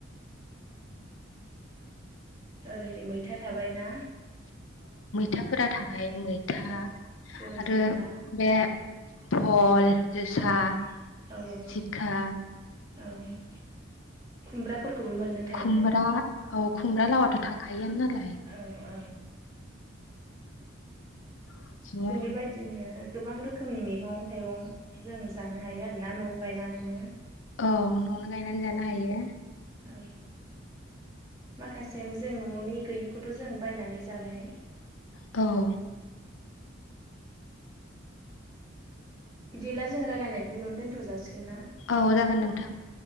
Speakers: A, on the right (about 20°); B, on the left (about 80°).
A: ओरै मैथा थाबायना
B: थाफोरा था ओमफाय मैथा
A: औ बल
B: आरो
A: जिंखा
B: बे भल जोसा
A: औ औ
B: जिंखा
A: औ खुमब्राफोरखौबो मोननो थाङो
B: खुमब्रा औ खुमब्रा लावाथ' थाखायो नालाय।
A: औ औ
B: बिदिनो
A: जों बेबायदिनो गोबां रोखोमनि मैगं थाइगं जों जानो हायो आरोना न' गायनानैनो
B: औ न'आवनो गायनानै जानो हायो।
A: औ माखासे जों न'नि गैयिखौथ' जों बायनानै जाबाय
B: औ
A: बिदिब्ला जों रायलायनायखौ बेयावनो दोनथ' जा सिगोन ना।
B: औ जागोन नोंथां।